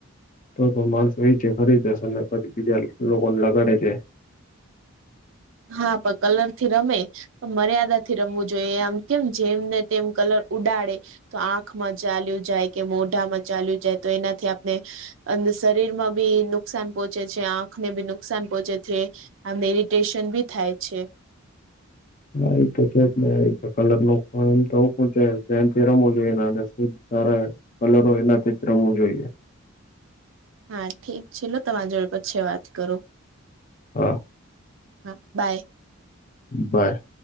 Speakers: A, on the left; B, on the right.
A: તો તો માણસો ઈ છે ખરીદે છે અને પછી બીજા લોકોને લગાડે છે.
B: હા પ કલર થી રમે મર્યાદા થી રમવું જોઈએ આમ કેમ જેમ ને તેમ કલર ઉડાડે. તો આંખમાં ચાલ્યું જાય કે મોઢામાં ચાલ્યું જાય તો એનાથી આપણે. અંદર શરીર માં બી નુકસાન પહોંચે છે આંખને બી નુકસાન પોહોંચે છે. આમ એરિટેશન બી થાય છે.
A: હા એ તો છે જ ને એ તો કલર નું પણ એમ તો <unintelligible> પ છે ધ્યાનથી રમવું જોઈ સારા. કલરો એનાથી જ રમવું જોઈએ.
B: હા ઠીક છે. લો તમારા જોડે પછી વાત કરો.
A: હા.
B: હા બાય.
A: બાય.